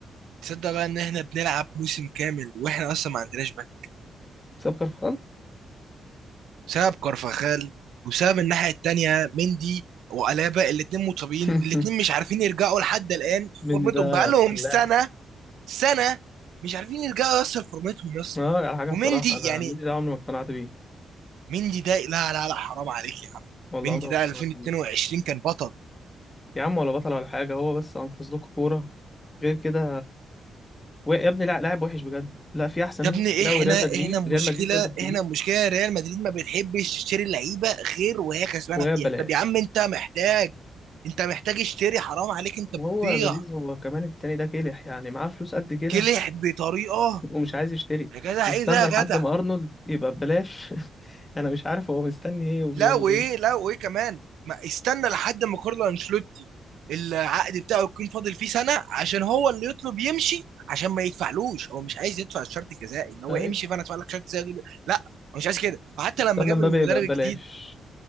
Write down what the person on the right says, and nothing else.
تصدق
بقى ان احنا بنلعب موسم كامل واحنا اصلا ما عندناش باك
بسبب كارفاخال وسبب الناحيه التانيه مندي وألابا الاتنين مصابين
الاتنين مش عارفين يرجعوا لحد الآن في
فورمتهم
بقالهم
سنة سنه مش عارفين يرجعوا يوصل فورمتهم يا اسطى
ومندي
يعني
مندي ده لا لا لا حرام عليك يا عم
مندي
ده
2022
كان بطل
يا
ابني
احنا
احنا
مشكله
احنا مشكله ريال مدريد ما بتحبش تشتري لعيبه غير وهي كسبانه
فيها
طب يا عم انت محتاج انت محتاج اشتري حرام عليك انت
بتضيع
كلح بطريقه
يا جدع
ايه ده يا
جدع
لا وايه
لا وايه كمان ما استنى لحد ما كارلو انشيلوتي العقد بتاعه يكون فاضل فيه سنه عشان هو اللي يطلب يمشي عشان ما يدفعلوش هو مش عايز يدفع الشرط الجزائي ان هو
يمشي فانا ادفع لك شرط جزائي لا هو مش عايز كده وحتى
لما جاب
المدرب
الجديد